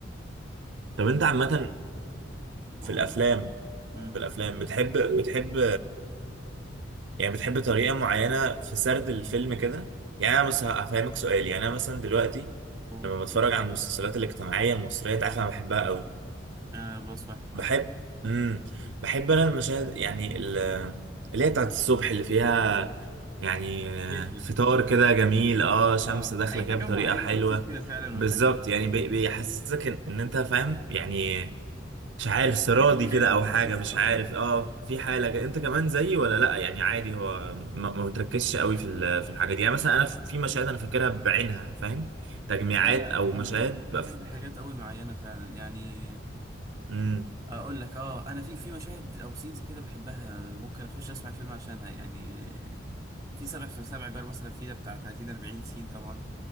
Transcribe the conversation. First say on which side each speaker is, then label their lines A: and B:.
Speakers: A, on the right (about 70°); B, on the right (about 20°).
A: طب انت عامه في
B: أوه.
A: الافلام
B: مم.
A: في الافلام بتحب بتحب يعني بتحب طريقة معينة في سرد الفيلم كده يعني أنا بس هفهمك سؤال يعني أنا مثلا دلوقتي
B: أوه.
A: لما بتفرج على المسلسلات الاجتماعية المصرية أنت عارف أنا بحبها قوي
B: آه بلس واحد
A: بحب
B: اه
A: امم بحب أنا المشاهد يعني ال- اللي هي بتاعت الصبح اللي فيها يعني آه،
B: جدا
A: فطار كده جميل اه شمس
B: اه
A: داخلة
B: اي
A: كده
B: تجمع
A: بطريقة
B: عائلي
A: حلوة
B: لطيف كده فعلا
A: بالظبط
B: والحاجة
A: يعني بي- بيحسسك إن إن أنت فاهم يعني مش عارف سرادي
B: دي روح حلوة
A: كده او حاجه
B: بس
A: مش
B: اه
A: عارف اه في حاله كده. انت كمان زيي ولا لا يعني عادي هو ما, ما بتركزش قوي في ال- في الحاجه دي يعني مثلا انا في مشاهد انا فاكرها بعينها فاهم تجميعات
B: لا لا
A: او مشاهد
B: انا بحب بحب
A: بقى في...
B: حاجات قوي معينة فعلا يعني
A: امم
B: اقول لك اه انا في في مشاهد او سينز كده بحبها ممكن اخش اسمع الفيلم عشانها يعني آه، في سبع في سبع جار مثلا في ده بتاع 30 40 سين طبعا